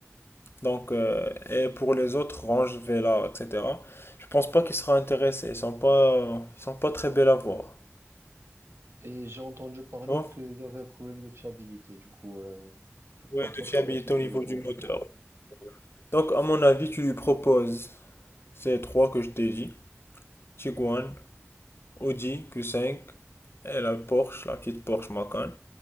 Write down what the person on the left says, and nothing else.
Donc, euh, et pour les autres, Range, Vela, etc., je pense pas qu'ils seront intéressés. Ils sont pas, ils sont pas très belles à voir.
Tu vois?
Ouais,
de fiabilité
au niveau
du moteur. Donc, à mon avis, tu lui proposes ces trois que je t'ai dit. Tiguan, Audi Q5 et la Porsche, la petite Porsche Macan.